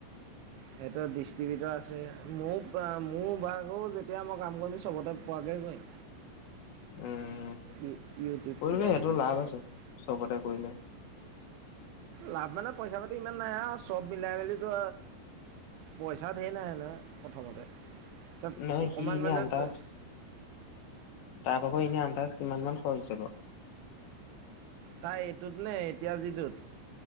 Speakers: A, on the right; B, on the left.
A: সিহতৰ ডিষ্ট্ৰিবিউটৰ আছে ময় মোৰ ভাগও যেতিয়া মই কাম কৰিম চবতে পোৱৈ সেগণ
B: উম,
A: ইউটিউব
B: কৰিবি
A: কিবা
B: সেইটো
A: কিবি
B: লাভ
A: চবতে
B: আছে চবতে কৰিলে।
A: লাভ মানে পইচা পাতি ইমান নাইে আৰু চব মিলাই মেলিো পইচা েৰ নাইে নহয় প্ৰথমতে তাত
B: নহয়
A: অকণমান
B: সি এনে
A: মানে
B: আন্দাজ
A: <unintelligible>
B: তাৰ ভাগ এনে আনতাছ কিমানমান খৰচ হৈছে বাও
A: তাই এইটোত নে এতিয়া যিটোত